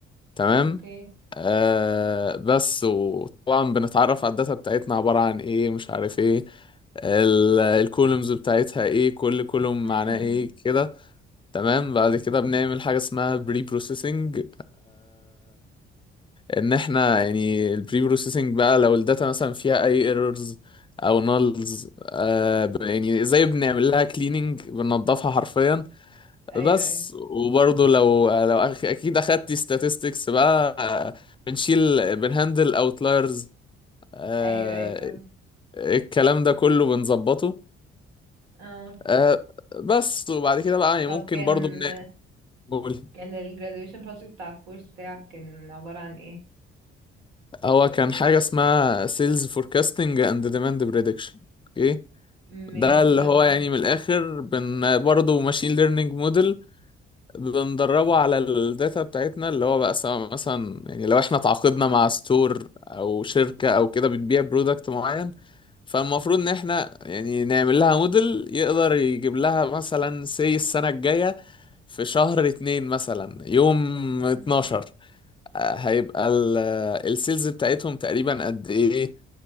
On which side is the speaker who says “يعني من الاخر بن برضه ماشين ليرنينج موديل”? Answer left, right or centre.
Left